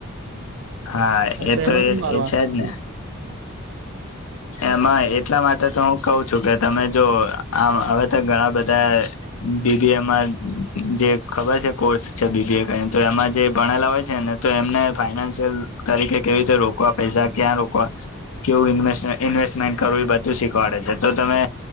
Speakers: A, on the left (about 80°); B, on the right (about 60°).
A: હા
B: એટલે
A: એ તો
B: એમાં
A: એ
B: શું કરવાનું
A: એ છે
B: પછી
A: જ ને એમાં એટલા મા ટે તો હું કઉ છું કે તમે જો આવ અવે તો ઘણા બધા બીબીએમાં જે ખબર છે કોર્સ છે બીબીએ કરીને તો એમાં જે ભણેલા હોય છે ને તો એમને ફાઈનાન્સ છેલ તરીકે કેવી રીતે રોકવા પૈસા ક્યાં રોકવા કેવું ઇન્વેસ્ટ ઇન્વેસ્ટમેન્ટ કરવું એ બધું શીખવાડે છે તો તમે